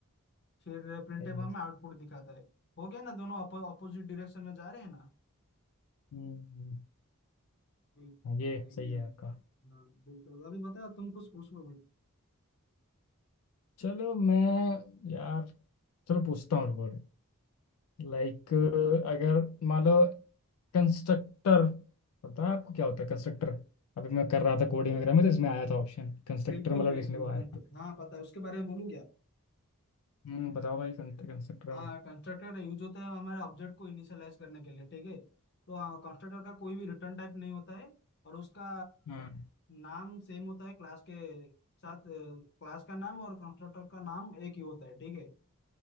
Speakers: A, on the left; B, on the left.
A: फिर प्रिंटेबल
B: सही है
A: हमें आउटपुट दिखाता है हो गया ना दोनों अपोजिट डायरेक्शन में जा रहे हैं ना
B: हम्म,
A: बिल-
B: हाँ, ये
A: वही
B: सही है आपका
A: हाँ बिल्कुल अभी बताओ तुम कुछ पूछ लो भाई
B: चलो मैं यार चलो पूछता हूँ रुको लाइक अगर मान लो कंस्ट्रक्टर पता है आपको क्या होता है कंस्ट्रक्टर अभी मैं कर रहा था कोडिंग वगैरह में तो इसमें आया था ऑप्शन कंस्ट्रक्टर
A: बिल्कुल
B: मतलब
A: बिल्कुल
B: लिखने को आया
A: कंट-
B: था
A: हाँ पता है उसके बारे में बोलूँ क्या?
B: हम्म बताओ भाई कंस्ट्रक्टर
A: हाँ
B: में
A: कंस्ट्रक्टर यूज होता है हमारे ऑब्जेक्ट को इनिशियलाइज करने के लिए ठीक है तो कंस्ट्रक्टर का कोई भी रिटर्न टाइप नहीं होता है और उसका
B: हाँ
A: नाम सेम होता है क्लास के साथ क्लास का नाम और कंस्ट्रक्टर का नाम एक ही होता है ठीक है